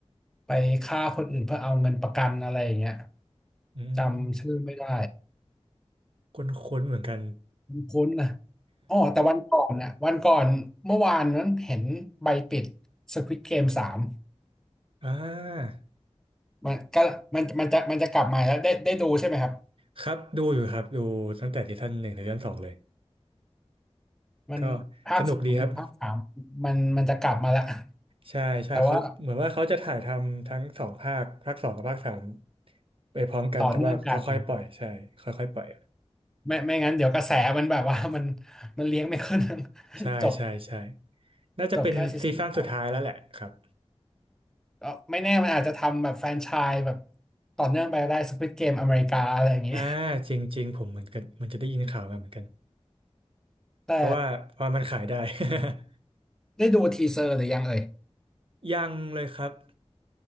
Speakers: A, in the centre; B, on the right (about 55°).
A: ไปฆ่าคนอื่นเพื่อเอาเงินประกันอะไรอย่างเงี้ย
B: อืม
A: จำชื่อไม่ได้
B: คุ้นๆเหมือนกัน
A: คุ้นๆนะอ๋อแต่วันก่อนน่ะวันก่อนเมื่อวานนั้นเห็นใบปิด Squid Game สาม
B: <laughs> อ่า
A: มันก็มันมันจะมันจะกลับมาแล้วได้ได้ดูใช่ไหมครับ
B: ครับดูอยู่ครับดูตั้งแต่ซีซั่นหนึ่งถึงซีซั่นสองเลย
A: มันภาคสามภาคสามมันมันจะกลับมาแล้ว
B: ก็สนุกดีครับใช่ใช่เขาเหมือนว่าเขาจะถ่ายทำทั้งสองภาคภาคสองกับภาคสาม
A: แต่ว่า
B: ไปพร้อมกันแต่ว่าค่อยๆปล่อยใช่ค่อยๆปล่อย
A: ต่อเนื่องกัน ไม่ไม่งั้นเดี๋ยวกระแสมันแบบว่า <laughs> มันมันเลี้ยงไม่ขึ้น
B: ใช่ใช่ใช่
A: <laughs> จบ
B: น่าจะเป็นซีซั่นสุดท้ายแล้วแหละครับ
A: จบแค่ซีซั่นสองก็ไม่แน่มันอาจจะทำแบบแฟรนไชส์แบบต่อเนื่องไปก็ได้ Squid Game อเมริกาอะไรอย่างนี้
B: อ่าจริงๆผมเหมือนกันมันจะได้ยินข่าวมาเหมือนกัน
A: <laughs> แต่
B: เพราะว่าเพราะมันขายได้ <laughs>
A: ได้ดูทีเซอร์หรือยังเอ่ย
B: ยังเลยครับ